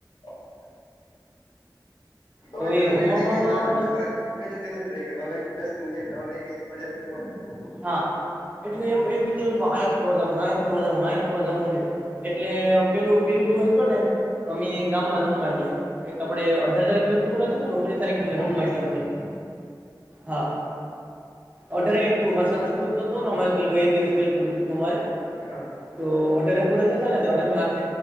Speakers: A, on the left; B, on the right.
A: હ, તોય
B: તો
A: ત્રણ
B: એ રમવામાં
A: મહિને વેકેશન આવેને,
B: બસ
A: પૂરેપૂરા. પેલે નથીવે દસમ ન વેકેશન મ કરવાની <unintelligible>
B: હા એટલે એમ એમ વિચ્યું આયા ફરવા જહુ ને આયા ફરવા જહુ ને આયા ફરવા જહુ ને એટલે પેલું પેલું દિવસ છ ને અમે ગામમાં રમવા ગ્યા એક આપડે અઢાર તારીખ પેપર પૂરાશે ને ઓગ - તરીકે
A: ઓગણીસ
B: રમવા ગ્યા
A: તારીખે
B: હોયે હા અઠારે <unintelligible>
A: હા
B: તો અઠારે પુરે થતા ને અઢાર માર્ચ